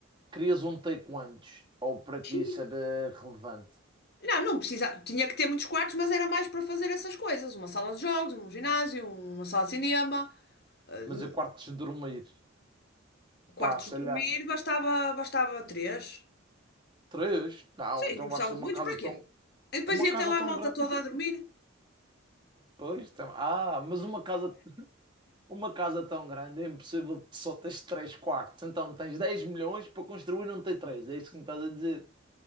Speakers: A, on the right; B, on the left.
A: Querias um take antes? Ou para ti
B: Xiii.
A: isso era relevante?
B: Não, não precisa, tinha que ter muitos quartos, mas era mais para fazer essas coisas, uma sala de jogos, um ginásio, uma sala de cinema, Eh,
A: Mas eu quartos de dormir?
B: quartos
A: Pá, sei
B: de dormir,
A: lá.
B: bastava, bastava três.
A: Três? Não,
B: Sim,
A: então
B: não precisava
A: vais ter uma
B: de muitos,
A: casa
B: para quê?
A: tão.
B: E depois
A: Uma
B: ia
A: casa
B: ter lá
A: tão
B: a malta
A: grande.
B: toda
A: <laughs>
B: a dormir.
A: Pois, tam- ah, mas uma casa Uma casa tão grande é impossível de só teres 3 quartos. Então tens 10 milhões para construir um t três É isso que me estás a dizer.